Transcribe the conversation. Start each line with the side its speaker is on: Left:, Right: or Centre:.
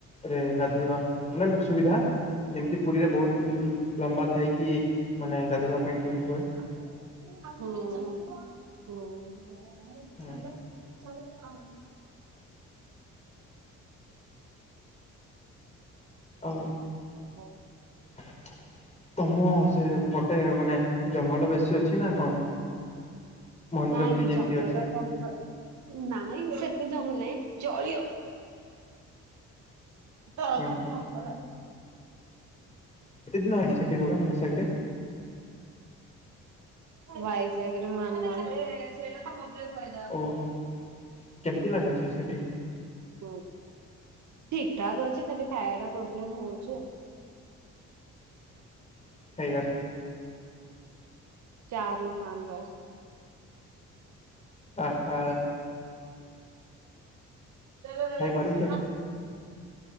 Left: ରେ ଗାଧୋଇବା ମ୍ୟାମ୍ ସୁବିଧା ଯେମିତି ପୁରୀରେ ବହୁତ ଲମ୍ବା ଥାଇକି ମାନେ ଗାଧେଇବା ପାଇଁ ଠିକ୍ ହୁଏ।
Right: ହୁଁ ହୁଁ। <inaudible>
Left: ହୁଁ ଆଉ।
Right: <unintelligible>
Left: ଆ <unintelligible> ତମ ସେ ପଟେ ମାନେ ଜଙ୍ଗଲ ବେଶୀ ଅଛି ନା କଣ? ମହେନ୍ଦ୍ରଗିରି
Right: ନାଇଁ
Left: ଯେମିତି
Right: ଜଙ୍ଗଲ
Left: ଅଛି
Right: ତ ନାଇଁ ସେତେ ଜଙ୍ଗଲ ନାହିଁ ଚଳିବ ହଁ
Left: ଉଁ
Right: ହଁ
Left: ହୁଁ
Right: ହଁ ପରା।
Left: କିତନା ଆନି ସେଠି ରହୁଜ ବ୍ୟାକ ସାଇଟରେ
Right: ବାଇଶ ମାନ ସେ <inaudible>
Left: ଓହୋ କେମିତି ଲାଗୁଛି ସେଠି?
Right: ହଁ ଠିକ ଠାକ ଅଛି ଖାଲି ଖାଇବା ଟା ପ୍ରୋବ୍ଲେମ ହଉଚି ଆଉ।
Left: ଖଇବା
Right: ଚାରୁ ସାମ୍ବର
Left: ଆହା
Right: <inaudible>
Left: ଖାଇପାରୁଛ?